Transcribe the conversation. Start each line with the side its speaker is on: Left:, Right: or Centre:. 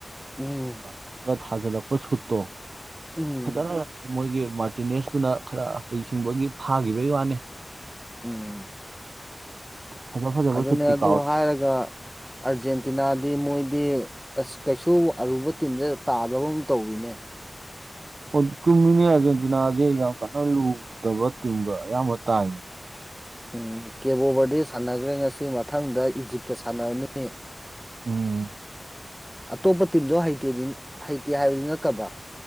Centre: ꯎꯝ
Right: <unintelligible> ꯊꯥꯖꯜꯂꯛꯄ ꯁꯨꯠꯇꯣ
Centre: ꯎꯝ
Right: ꯐꯖꯅ ꯃꯣꯏꯒꯤ ꯃꯥꯔꯇꯤꯅꯦꯁꯇꯨꯅ ꯈꯔ ꯍꯩꯁꯤꯡꯕꯒꯤ ꯐꯥꯒꯤꯕꯩ ꯋꯥꯅꯤ
Centre: ꯎꯝ
Right: ꯐꯖ ꯐꯖꯕ
Centre: ꯑꯗꯨꯅꯦ
Right: ꯁꯨꯠꯇꯤ
Centre: ꯑꯗꯨ
Right: ꯀꯥꯎ
Centre: ꯍꯥꯏꯔꯒ ꯑꯥꯔꯖꯦꯟꯇꯤꯅꯥꯗꯤ ꯃꯣꯏꯗꯤ ꯑꯁ ꯀꯩꯁꯨ ꯑꯔꯨꯕ ꯇꯤꯝꯁꯦ ꯇꯥꯗꯕ ꯒꯨꯝ ꯇꯧꯋꯤꯅꯦ
Right: ꯑꯣ ꯆꯨꯝꯃꯤꯅꯦ ꯑꯥꯔꯖꯦꯟꯇꯤꯅꯥꯖꯦ ꯌꯥꯝ ꯀꯟꯅ ꯂꯨꯗꯕ ꯇꯤꯝꯒ ꯑꯌꯥꯝꯕ ꯇꯥꯏꯅꯦ
Centre: ꯎꯝ ꯀꯦꯕꯣꯕꯔꯗꯦ ꯁꯥꯟꯅꯒ꯭ꯔꯦ ꯉꯁꯤ ꯃꯊꯪꯗ ꯏꯖꯤꯞꯀ ꯁꯥꯟꯅꯔꯅꯤ
Right: ꯎꯝ
Centre: ꯑꯇꯣꯞꯄ ꯇꯤꯝꯁꯨ ꯍꯩꯇꯦꯗꯤꯟ ꯍꯩꯇꯦ ꯍꯥꯏꯕꯗꯤ ꯅꯠꯇꯕ